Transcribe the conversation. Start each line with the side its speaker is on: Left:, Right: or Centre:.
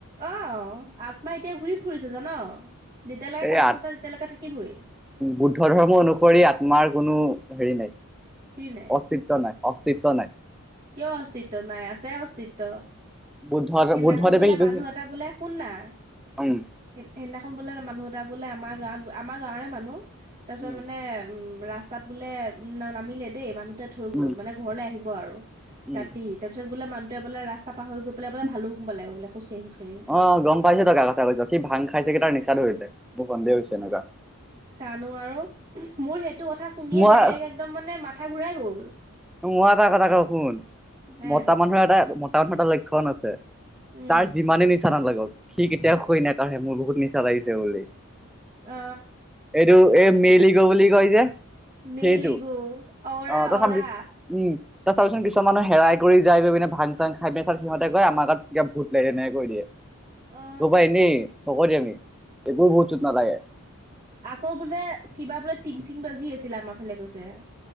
Right: অ আত্মা এতিয়া ঘূৰি ফুৰিছে জান যেতিয়ালেকে
Centre: এই
Right: কাজ
Centre: আ
Right: নাযায় তেতিয়ালৈকে থাকিবেই।
Centre: বুদ্ধ ধৰ্মৰ অনুসৰি আত্মাৰ কোনো হেৰি নাই
Right: ফ্ৰী নাই
Centre: অস্তিত্ব নাই অস্তিত্ব নাই।
Right: কিয় অস্তিত্ব নাই আছে অস্তিত্ব।
Centre: বুদ্ধ
Right: সেইদিনাখন
Centre: বুদ্ধদেৱে
Right: বোলে
Centre: কি কৈছে
Right: মানুহ এটা বোলে শুন না
Centre: উম
Right: সেইদিনাখন বোলে মানুহ এটা বোলে আমাৰ গাঁৱত আমাৰ গাঁৱৰে মানুহ তাৰপিছত
Centre: উম
Right: মানে ৰাস্ত ৰাস্তাত বোলে উম নামিলে দেই মানুহটোৱে থৈ গ'ল
Centre: উম
Right: মানে ঘৰলে আহিব আৰু
Centre: উম
Right: ৰাতি তাৰপিছত বোলে মানুহটোৱে বোলে ৰাস্তা পাহৰি গৈ পেলাই বোলে ভালুকপুং পালেগৈ বোলে খোজকাঢ়ি খোজকাঢ়ি।
Centre: অ, গম পাইছো তই কাৰ কথা কৈছ সি ভাং খাই চাগে কি তাৰ নিছা ধৰিলে মোৰ সন্দেহ হৈছে এনেকুৱা।
Right: জানো আৰু মোৰ সেইটো কথা শুনিয়ে
Centre: মই
Right: ডাইৰেক্ট একদম মানে মাথা ঘূৰাই গ'ল।
Centre: তোক মই এটা কথা কওঁ শুন
Right: হে
Centre: মতা মানুহ এটাই টা লক্ষণ আছে
Right: উম
Centre: তাৰ যিমানে নিছা নালাগক সি কেতিয়াও সৈ নাকাঢ়ে মোৰ বহুত নিছা ছা লাগিছে বুলি।
Right: অ।
Centre: এইটো এই মেল ইগ' বুলি কয় যে।
Right: মেল
Centre: সেইটো
Right: ইগ' অৰা
Centre: অ তই
Right: অৰা।
Centre: চাবি উম। তই চাবিচোন কিছুমান মানুহ হেৰাই কৰি যাই গৈ পিনে ভাং-চাং খাই পিনে সিহঁতে কয় আমাৰ গাত কা ভূত লাগিলে তেনেকে কৈ দিয়ে।
Right: অ
Centre: সেইসোপা এনেই ফকতিয়ামি একোৱে ভূত-চুত নালাগে।
Right: আকৌ বোলে কিবা বোলে টিং-চিং বাজি আছিলে আমাৰ ফালে কৈছে।